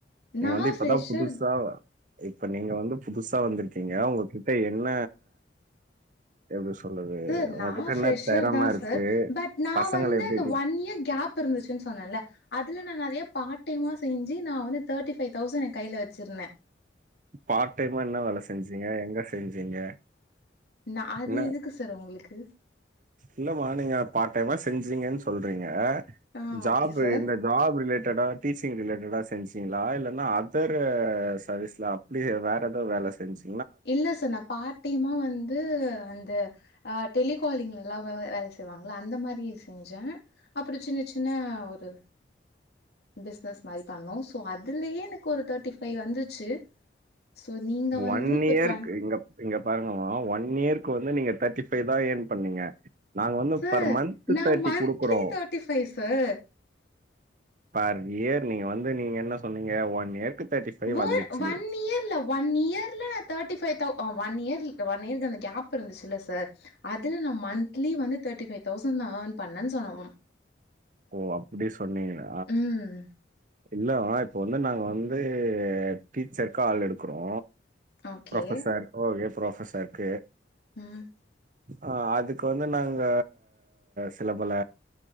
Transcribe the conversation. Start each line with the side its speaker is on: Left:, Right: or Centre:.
Right: நீங்க
Left: நா
Right: வந்து இப்பதா
Left: ஃப்ரெஷர்
Right: புதுசா இப்ப நீங்க வந்து புதுசா வந்திருக்கீங்க உங்க கிட்ட என்ன எப்படி சொல்றது
Left: சார்
Right: உங்ககிட்ட
Left: நா ஃப்ரெஷர்
Right: என்ன தெறம
Left: தா
Right: இருக்கு
Left: சார் பட் நா
Right: பசங்கல
Left: வந்து
Right: எப்டி
Left: அந்த ஒன் இயர் கேப் இருந்துச்சுன்னு சொன்னேன்ல அதுல நா நறையா பார்டைமா செஞ்சு நா வந்து தேர்ட்டி ஃபைவ் தௌசண்ட் என் கையில வச்சிருந்த
Right: பார்ட் டைமா என்ன வேல செஞ்சீங்க எங்க செஞ்சீங்க
Left: நா அது
Right: என்ன
Left: எதுக்கு சார் உங்களுக்கு
Right: இல்லமா நீங்க பார்ட் டைமா செஞ்சீங்கன் சொல்றீங்க
Left: ஆ
Right: ஜாபு
Left: ஓகே சார்
Right: இந்த ஜாபு ரிலேட்டடா டீசிங் ரிலேட்டடா செஞ்சீங்களா இல்லேன்னா அதரு சர்வீஸ்ல அப்டி வேறெதோ வேல செஞ்சு
Left: இல்ல சார் நா பார்ட் டைமா வந்து அந்த ஆ டெலிகாலிங்லல்லா வ வேல செ ய்வாங்ள அந்த மாரி செஞ்ச அப்புடி சின்ன சின்ன ஒரு பிஸ்னஸ் மாரி பண்ணோ சோ அதுலேயே எனக்கு ஒரு தேர்ட்டி ஃபைவ் வந்துச்சு சோ நீங்க வந்து
Right: ஒன்
Left: இப்ப
Right: இயருக்கு
Left: டுவென்
Right: இங்க இங்க பாருங்கம்மா ஒன் இயர்க்கு வந்து நீங்க தேர்ட்டி ஃபைவ் தா யேன் பண்ணீங்க நாங்க வந்து
Left: சார்
Right: பர் மந்த்து
Left: நா
Right: தேர்ட்டி
Left: மந்த்லி
Right: குடுக்குறோ
Left: thirty five sir
Right: per year நீங்க வந்து நீங்க என்ன சொன்னீங்க ஒன் இயர்க்கு
Left: வொ
Right: வந்துச்சு.
Left: வொன் இயர்ல ஒன் இயர்ல நா தேர்ட்டி ஃபைவ் தவ் ஆ ஒன் இயர்ல் ஒன் இயர்க்கு அந்த கேப் இருந்துச்சில்ல சார் அதுல நா மந்த்லி வந்து தேர்டி பைவ் தௌசண் நா ஆஃன் பண்ணன்னு சொன்னவோம்
Right: ஓ அப்டி சொன்னீங்களா
Left: ம்
Right: இல்ல வா இப்ப வந்து நாங்க வந்து டீச்சருக்கு ஆள் எடுக்குறோ
Left: ஓகே
Right: ப்ரொஃபசர் ஓகே ப்ரொஃபசர்க்கு
Left: ம்
Right: ஆ அதுக்கு வந்து நாங்க சில பல